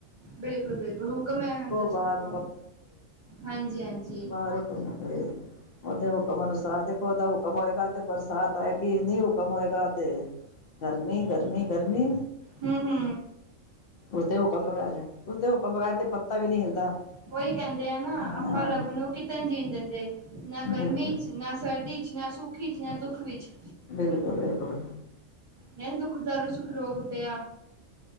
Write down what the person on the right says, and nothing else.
ਬਿਲਕੁਲ-ਬਿਲਕੁਲ, ਹੁਕਮੈ ਅੰਦਰ
ਸਭ ਕੋ, ਹਾਂਜੀ-ਹਾਂਜੀ।
ਹੂੰ-ਹੂੰ
ਉਹੀ ਕਹਿੰਦੇ ਆ ਨਾ,
ਆਪਾ ਰੱਬ ਨੂੰ ਕਿਤੇ ਨੀ ਜੀਣ ਦਿੰਦੇ। ਨਾ
ਗਰਮੀ'ਚ, ਨਾ ਸਰਦੀ'ਚ ਨਾ ਸੁਖ ਈਚ, ਨਾ ਦੁਖ ਵਿੱਚ।
ਕੈਂਦ ਦੁੱਖ ਦਾਰੂ ਸੁਖ ਰੋਗ ਪਿਆ।